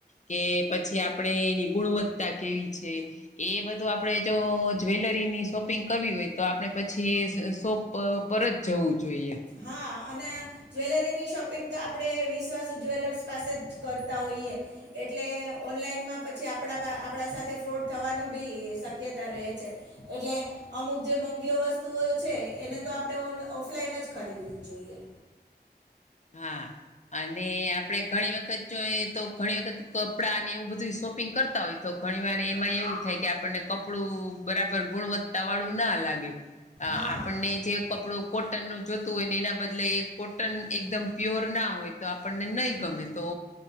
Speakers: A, on the left; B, on the right.
A: કે પછી આપડે એની ગુણવત્તા કેવી છે એ બધું આપડે તો જ્વેલરીની શોપિંગ કરવી હોય તો આપણે પછી એસ શોપ પ પર જ જવું જોઈએ.
B: હા અને આ જ્વેલરીની શોપિંગ તો આપડે વિશ્વાસુ જ્વેલર્સ પાસે જ કરતા હોઈએ. એટલે ઓનલાઈનમાં પછી આપડા પા આપડા સાથે ફ્રોડ થવાનું બી શક્યતા રહે છે. એટલે અમુક જે મોંઘીઓ વસ્તુઓ છે એને તો આપડે ઓન ઓફલાઈન જ ખરીદવી જોઈએ.
A: હા અને આપણે ઘણી વખત જોએ તો ઘણી વખત કપડાંને એવું બધુંય શોપિંગ કરતા હોય તો ઘણી વાર એમાં એવું થાય કે આપણને કપડું બરાબર ગુણવત્તા વાળું ના લાગે
B: હા
A: આપણને જે કપડું કોટનનું જોતું હોય ને એના બદલે એ કોટન એકદમ પ્યોર ના હોય તો આપણને નઇ ગમે તો